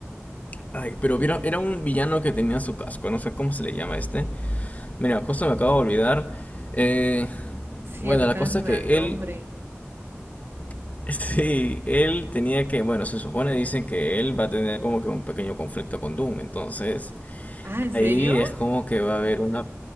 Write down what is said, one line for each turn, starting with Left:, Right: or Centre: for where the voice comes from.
Left: Ay, pero vieron, era un villano que tenía su casco, no sé cómo se le llama este. Mira, cosa me acabo de olvidar. Eh,
Right: Sí,
Left: bueno,
Right: a mí
Left: la
Right: también
Left: cosa
Right: se me
Left: que
Right: da el nombre.
Left: él, <laughs> sí, él tenía que, bueno, se supone, dicen que él va a tener como que un pequeño conflicto con Doom. Entonces,
Right: Ah, ¿en
Left: ahí
Right: serio?
Left: es como que va a haber una,